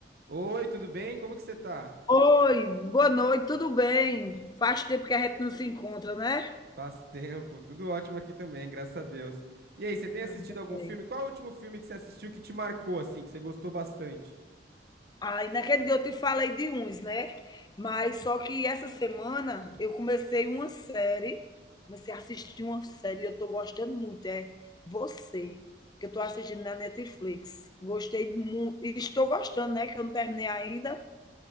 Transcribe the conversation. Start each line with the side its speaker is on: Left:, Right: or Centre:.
Right: Oi, tudo bem? Como que você tá?
Left: Oi, boa noite, tudo bem? Faz tempo que a gente não se encontra, né?
Right: Faz tempo, tudo ótimo aqui também, graças a Deus. E aí, você tem assistido
Left: Ainda
Right: algum
Left: bem.
Right: filme? Qual é o último filme que você assistiu que te marcou, assim, que você gostou bastante?
Left: Ai, naquele dia eu te falei de uns, né? Mas só que essa semana eu comecei uma série, comecei a assistir uma série, e eu tô gostando muito, é Você, que eu tô assistindo na Netflix. Gostei muito, estou gostando, né? Que eu não terminei ainda.